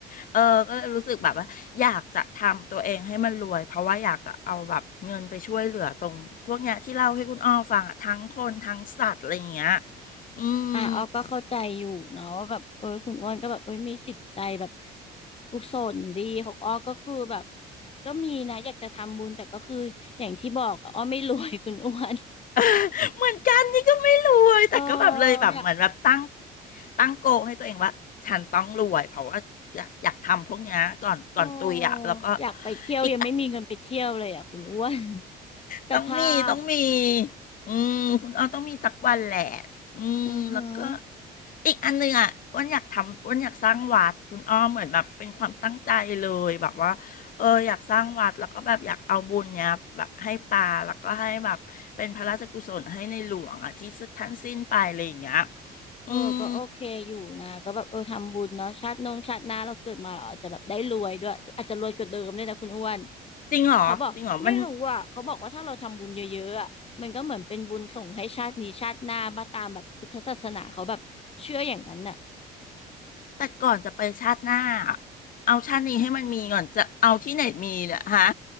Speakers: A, on the left; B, on the left.
A: เออก็เลยรู้สึกแบบว่าอยากจะทำตัวเองให้มันรวยเพราะว่าอยากจะเอาแบบเงินไปช่วยเหลือตรงพวกเนี้ยที่เล่าให้คุณอ้อฟังอะทั้งคนทั้งสัตว์อะไรอย่างเงี้ยอืม
B: อ่ะออกก็เข้าใจอยู่เนาะว่าแบบเออคุณอ้วนก็แบบเอ้ยมีจิตใจแบบกุศลดีของอ้อกก็คือแบบก็มีนะอยากจะทำบุญแต่ก็คืออย่างที่บอกอะอ้อไม่รวย <laughs> คุณอ้วน
A: <laughs> เหมือนกันนี่ก็ไม่รวยแต่ก็แบบเลยแบบเหมือนแบบตั้ง
B: เอออยาก
A: ตั้งโกลให้ตัวเองว่าฉันต้องรวยเพราะว่าอยากอยากทำพวกเนี้ยก่อนก่อนตุยอ่ะแล้วก็
B: เอออยากไปเที่ยวยังไม่มีเงินไปเที่ยวเลยอ่ะคุณอ้วน
A: อีก <laughs>
B: <laughs> สภาพ
A: ต้องมีต้องมีอืมคุณอ้อต้องมีสักวันแหละอืมแล้วก็
B: อือหือ
A: อีกอันหนึงอ่ะอ้วันอยากทำอ้วันอยากสร้างวัดคุณอ้อมเหมือนแบบเป็นความตั้งใจเลยแบบว่าเอออยากสร้างวัดแล้วก็แบบอยากเอาบุญเนี้ยแบบให้ป่าแล้วก็ให้แบบเป็นพระราชกุศลให้ในหลวงอ่ะที่ท่านสิ้นไปอะไรอย่างเงี้ย
B: เออก็โอเคอยู่นะก็แบบเออทำบุญเนาะชาตินงชาติหน้าเราเกิดมาเราอาจจะแบบได้รวยด้วยอาจจะรวยกว่าเดิมเลยนะคุณอ้วน
A: อืมจริงเหรอจริงเหรอมัน
B: เขาบอกไม่รู้อ่ะเขาบอกว่าถ้าเราทำบุญเยอะๆอ่ะมันก็เหมือนเป็นบุญส่งให้ชาตินี้ชาติหน้ามาตามแบบพุทธศาสนาเขาแบบเชื่ออย่างนั้นน่ะ
A: แต่ก่อนจะไปชาติหน้าอะเอาชาตินี้ให้มันมีก่อนจะเอาที่ไหนมีเนี่ยฮะ